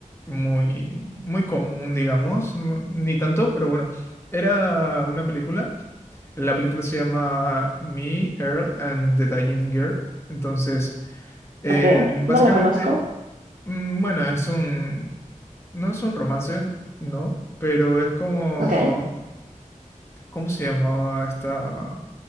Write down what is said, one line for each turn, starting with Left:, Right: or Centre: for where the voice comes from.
Left: muy, muy común, digamos. no- Ni tanto, pero bueno. Era una película. La película se llama Me, Earl and the Dying Girl. Entonces... Eh,
Right: ok,
Left: básicamente,
Right: no la conozco,
Left: mm, bueno, es un, no es un romance, ¿no? Pero es como,
Right: ok,
Left: ¿cómo se llamaba esta,